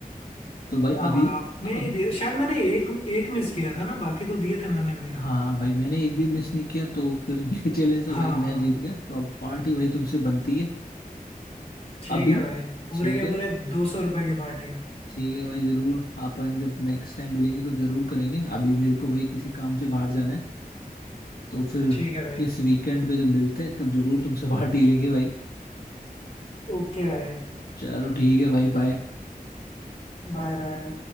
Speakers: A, on the left; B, on the left.
A: तो भाई
B: हाँ
A: अभी
B: आपने
A: अब
B: ही दिया शायद मैंने एक एक मिस किया था ना बाकी तो दिए थे मैंने भी
A: हाँ भाई मैंने एक भी मिस नहीं किया तो फिर ये <laughs> चैलेंज तो
B: हाँ
A: भाई मैं
B: हाँ
A: जीत गया तो अब पार्टी भाई तुमसे बनती है
B: ठीक
A: अभी
B: है भाई पूरे
A: ठीक
B: के
A: है
B: पूरे दो सौ रुपए की पार्टी
A: ठीक है भाई जरूर अपन जब नेक्स्ट टाइम मिलेंगे तो जरूर करेंगे अभी मेरे को भाई किसी काम से बाहर जाना है तो फिर
B: ठीक है भाई
A: इस वीकेंड पे जब मिलते हैं तब जरूर तुमसे <laughs> पार्टी लेंगे भाई
B: ओके भाई
A: चलो ठीक है भाई बाय
B: Bye bye